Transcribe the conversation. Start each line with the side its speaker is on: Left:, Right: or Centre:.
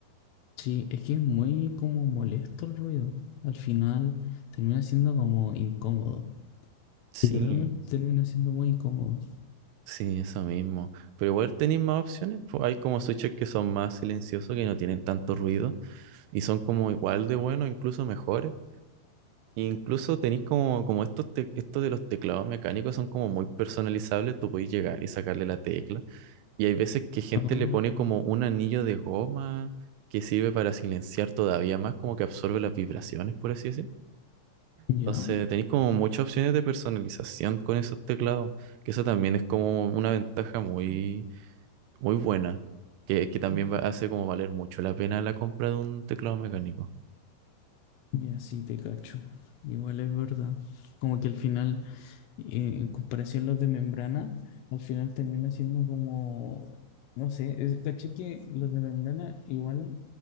Left: Sí, es que es muy como molesto el ruido. Al final termina siendo como incómodo.
Right: Sí.
Left: Literalmente termina siendo muy incómodo.
Right: Sí, eso mismo. Pero igual tenéis más opciones. pues, hay como switches que son más silenciosos, que no tienen tanto ruido y son como igual de buenos, incluso mejores. E incluso tenéis como, como estos, te- estos de los teclados mecánicos son como muy personalizables. Tú podéis llegar y sacarle la tecla. Y hay veces que gente
Left: Oh,
Right: le pone como un anillo de goma que sirve para silenciar todavía más, como que absorbe las vibraciones, por así decir.
Left: ya.
Right: Entonces tenéis como muchas opciones de personalización con esos teclados, que eso también es como una ventaja muy muy buena, que, que también va- hace como valer mucho la pena la compra de un teclado mecánico.
Left: Ya, sí, te cacho. Igual es verdad. Como que al final, eh, en comparación a los de membrana, al final termina siendo como, no sé, es, caché que los de membrana igual